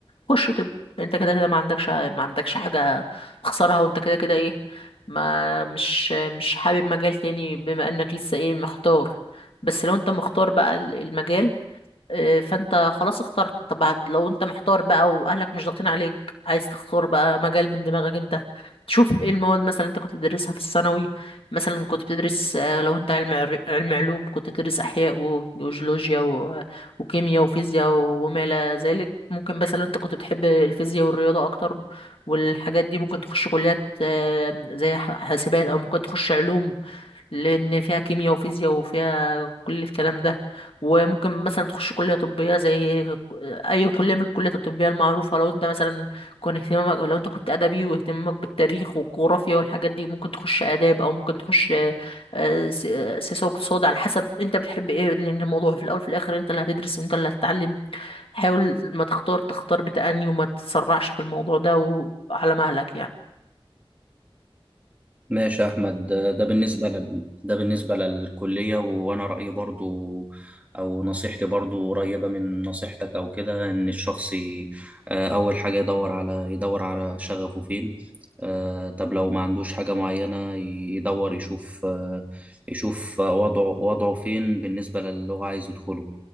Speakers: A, on the left (about 70°); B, on the right (about 15°).
A: خش طب انت كده كده ما عندكش ما عندكش حاجه تخسرها وانت كده كده ايه ما مش مش حابب مجال تاني بما انك لسه ايه مختار بس لو انت مختار بقى ال- المجال إيه، فانت خلاص اخترت طب هت- لو انت محتار بقى واهلك مش ضاغطين عليك عايز تختار بقى مجال من دماغك انت تشوف ايه المواد مثلا انت كنت بتدرسها في الثانوي مثلا كنت بتدرس آه، لو انت علم عر- علم علوم كنت بتدرس احياء و- وجيولوجيا و- وكيمياء وفيزياء وما الى ذلك ممكن مثلا انت كنت بتحب الفيزياء والرياضه اكتر والحاجات دي ممكن تخش كليات آه، زي ح- حاسبات او ممكن تخش علوم لان فيها كيمياء وفيزياء وفيها كل الكلام ده وممكن مثلا تخش كليه طبيه زي اي كليه من الكليات الطبيه المعروفه لو انت مثلا كنت اهتمامك لو انت كنت ادبي واهتمامك بالتاريخ والجغرافيا والحاجات دي ممكن تخش اداب او ممكن تخش آه، آه، س- آه، سياسه واقتصاد على حسب انت بتحب ايه لان الموضوع في الاول في الاخر انت اللي هتدرس انت اللي هتتعلم حاول ما تختار تختار بتأني وما تتسرعش في الموضوع ده وعلى مهلك يعني
B: ماشي يا أحمد ده ده بالنسبة لل... ده بالنسبة للكلية وأنا رأيي برضو أو نصيحتي برضو قريبة من نصيحتك أو كده إن الشخص ي- آه، أول حاجة يدور على يدور على شغفه فين آه، طب لو ما عندوش حاجة معينة يدور يشوف آه، يشوف وضعه وضعه فين بالنسبة للي هو عايز يدخله